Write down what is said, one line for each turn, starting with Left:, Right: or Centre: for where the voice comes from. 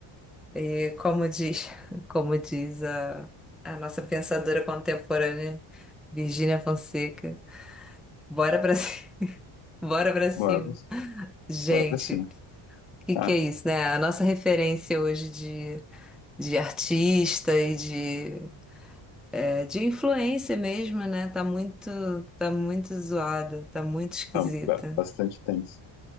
Centre: E como diz, <laughs> como diz a, a nossa pensadora contemporânea, Virgínia Fonseca, bora pra, ci- <laughs> bora pra cima.
Left: bora, pra-
Centre: Gente,
Left: bora pra cima.
Centre: o que
Left: Ah,
Centre: que é isso, né? A nossa referência hoje de, de artista e de É de influência mesmo, né? Tá muito, tá muito zoada, tá muito esquisita.
Left: então, ba- bastante tenso.